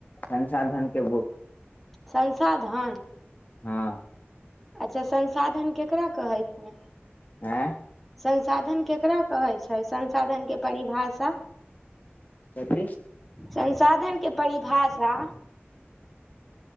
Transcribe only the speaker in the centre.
संसाधन
अच्छा संसाधन केकरा कहै छै
संसाधन केकरा कहे छै संसाधन के परिभाषा
संसाधन के परिभाषा